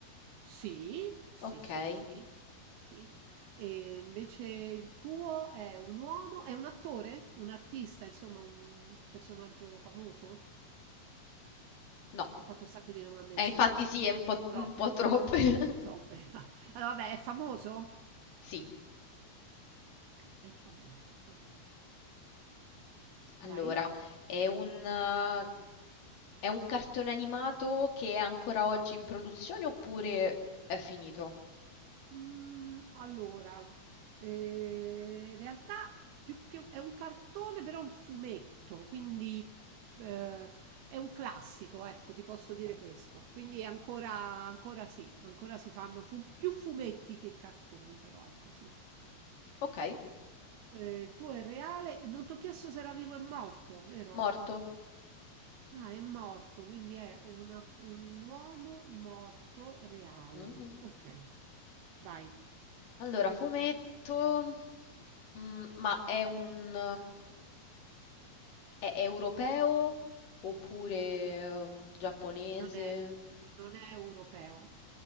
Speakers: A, on the right; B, on the left.
A: Sì, sì,
B: Ok.
A: sì, sì, sì. E invece il tuo è un uomo, è un attore, un artista, insomma, un personaggio famoso?
B: No.
A: Ti ho fatto un sacco di domande
B: Eh,
A: insieme,
B: infatti
A: ok.
B: sì, è un po',
A: Troppe,
B: un po' troppo.
A: ok.
B: <laughs>
A: Troppe. <laughs> Allora, vabbè, è famoso?
B: Sì,
A: Ok, è famoso, va bene.
B: allora,
A: Vai.
B: è un, eh, è un cartone animato che è ancora oggi in produzione oppure è finito?
A: Mm, allora, eh, in realtà più che è un cartone, però è un fumetto, quindi eh, è un classico, ecco, ti posso dire questo. Quindi è ancora, ancora sì, ancora si fanno fu- più fumetti che cartoni, però è così.
B: Ok,
A: Eh, il tuo è reale, non ti ho chiesto se era vivo e morto, vero?
B: morto.
A: Ah, è morto, quindi è una- un uomo morto reale.
B: Mhm.
A: Ok, vai.
B: Allora, fumetto, mm, ma è un, eh, è europeo oppure eh, giapponese?
A: Non è, non è europeo.